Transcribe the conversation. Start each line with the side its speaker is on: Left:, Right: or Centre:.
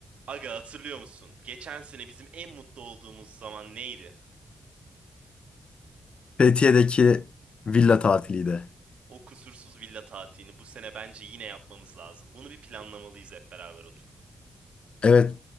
Right: Aga hatırlıyor musun? Geçen sene bizim en mutlu olduğumuz zaman neydi?
Left: Fethiye'deki villa tatiliydi.
Right: O kusursuz villa tatilini bu sene bence yine yapmamız lazım. Bunu bir planlamalıyız hep beraber oturup.
Left: Evet,